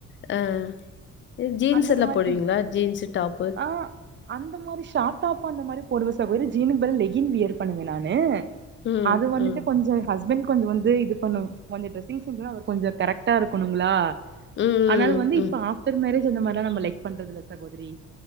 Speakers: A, on the left; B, on the right.
A: ஆ அ ஜீன்ஸ்
B: அந்த
A: எல்லா
B: மாரி
A: போடுவீங்களா ஜீன்ஸ் டாப்
B: ஆ அந்த மாரி ஷாட் டாப் அந்த மாரி போடுவ சகோதரி ஜீனுக்கு பதில் லெகின் வியர் பண்ணுவே நானு
A: ம்.
B: அது வந்துட்டு
A: ம்.
B: கொஞ்ச ஹஸ்பண்ட் கொஞ்ச வந்து இது பண்ணு கொஞ்சோ டிரெஸிசென் அவர் கொஞ்ச கரைக்டா இருக்கணுங்களா
A: ம்.
B: அதனால வந்து
A: ம்.
B: இப்ப ஆஃப்டர் மேரேஜ் அந்த மாதிரியலா நம்ம லைக் பண்றது இல்ல சகோதரி